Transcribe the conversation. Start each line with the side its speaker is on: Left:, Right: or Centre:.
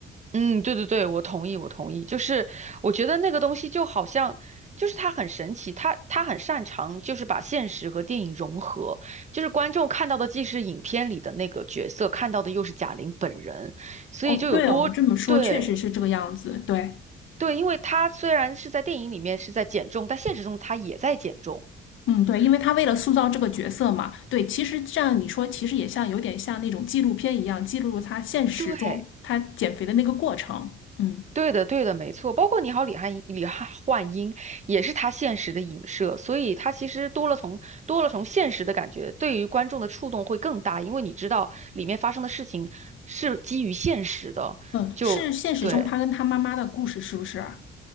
Right: 嗯，对对对，我同意，我同意。就是我觉得那个东西就好像，就是它很神奇，它它很擅长就是把现实和电影融合，就是观众看到的既是影片里的那个角色，看到的又是贾玲本人，
Left: <laughs>
Right: 所以就有多，
Left: 哦，对哦，你这么说确实是这个样子，
Right: 对
Left: 对。
Right: 对，因为她虽然是在电影里面是在减重，但现实中她也在减重。
Left: 嗯，对，因为他为了塑造这个角色嘛，对，其实这样你说，其实也像有点像那种纪录片一样，记录他现实中他减肥的那个过程。
Right: 对
Left: 嗯
Right: 对的，对的，没错。包括你好，李汉李汉焕英也是他现实的影射，所以他其实多了从多了从现实的感觉，对于观众的触动会更大，因为你知道里面发生的事情是基于现实的。
Left: 嗯，
Right: 就对
Left: 是现实中他跟他妈妈的故事，是不是啊？